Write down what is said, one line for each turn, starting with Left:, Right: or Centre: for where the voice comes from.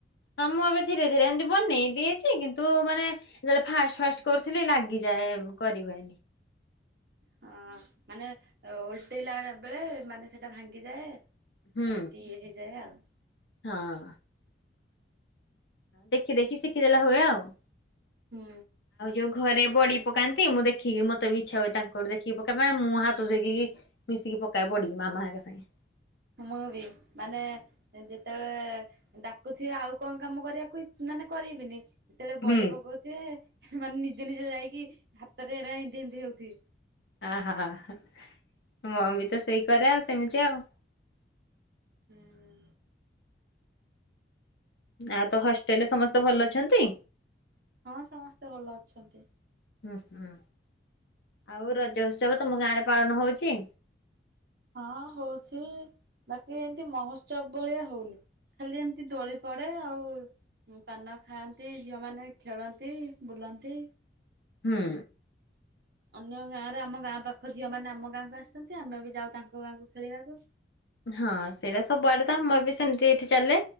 Left: ହଁ ମୁଁ ଏବେ ଧିରେ ଧିରେ ଏମିତି ବନେଇ ଦିଏ ଯେ, କିନ୍ତୁ ମାନେ ଯେତେବେଳେ ଫାଷ୍ଟ ଫାଷ୍ଟ କରୁଥିଲି ଲାଗିଯାଏ କରି ହୁଏନି।
Right: ହଁ ମାନେ ଓଲଟେଇଲା ବେଳେ ମାନେ ସେଟା ଭାଙ୍ଗିଯାଏ।
Left: ହୁଁ।
Right: ଏମତି ଇଏ ହେଇଯାଏ ଆଉ।
Left: ହଁ ଦେଖି ଦେଖି ଶିଖିଦେଲେ ହୁଏ ଆଉ।
Right: ହୁଁ
Left: ଆଉ ଯୋଉ ଘରେ ବଡି ପକାନ୍ତି ମୁଁ ଦେଖିକି ମତେ ବି ଇଚ୍ଛା ହୁଏ, ତାଙ୍କଠୁ ଦେଖିକି ପକାପାଇଁ ମୁଁ ହାତ ଦେଖିକି ମିଶିକି ପକାଏ ବଢ଼ି ମାମା ହେକା ସାଙ୍ଗେ
Right: ମୁଁ ବି ମାନେ ଯେତେବେଳେ ଡାକୁଥିବେ ଆଉ କଣ କାମ କରିବାକୁ ମାନେ କରିବିନି ଯେତେବେଳେ ବଡ଼ି
Left: ହୁଁ
Right: ପକଉଥିବେ, ମାନେ ନିଜେ ନିଜେ ଯାଇକି ହାତରେ ଏରା ଏନ୍ତି ଏନ୍ତି ହଉଥିବେ।
Left: ଅ ହଁ ହଁ ମୋ ମମି ତ ସେଇ କରେ ଆଉ ସେମିତି ଆଉ
Right: ହୁଁ
Left: ଆଉ ତୋ ହଷ୍ଟେଲ ରେ ସମସ୍ତେ ଭଲ ଅଛନ୍ତି?
Right: ହଁ ସମସ୍ତେ ଭଲ ଅଛନ୍ତି।
Left: ହୁଁ ହୁଁ ଆଉ ରଜ ଉତ୍ସବ ତମ ଗାଁ ରେ ପାଳନ ହଉଛି?
Right: ହଁ ହଉଛି। ବାକି ଏମିତି ମହୋତ୍ସବ ଭଳିଆ ହଉନି। ଖାଲି ଏମିତି ଦୋଳି ପଡ଼େ ଆଉ ପାନ ଖାଆନ୍ତି ଝିଅମାନେ ଖେଳନ୍ତି, ବୁଲନ୍ତି
Left: ହୁଁ
Right: ଅନ୍ୟ ଗାଁର ଆମ ଗାଁ ପାଖ ଝିଅ ମାନେ ଆମ ଗାଁକୁ ଆସନ୍ତି। ଆମେ ବି ଯାଉ ତାଙ୍କ ଗାଁକୁ ଖେଳିବାକୁ।
Left: ହଁ ସେଇଟା ସବୁଆଡେ ତ ଆମର ବି ସେମିତି ଏଇଠି ଚାଲେ।